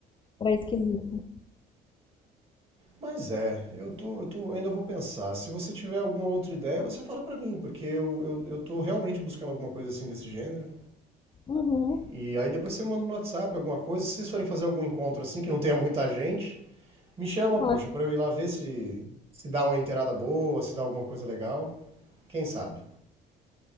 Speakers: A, on the left; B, on the right.
A: pra esse quesito.
B: Mas é, eu, tô, eu tô, ainda vou pensar. Se você tiver alguma outra ideia, você fala para mim, porque eu, estou eu, eu realmente buscando alguma coisa assim desse gênero.
A: Uhum,
B: E aí depois você manda no WhatsApp alguma coisa. Se vocês forem fazer algum encontro assim, que não tenha muita gente, me chama,
A: claro.
B: poxa, pra eu ir lá ver se, se dá uma inteirada boa, se dá alguma coisa legal. Quem sabe?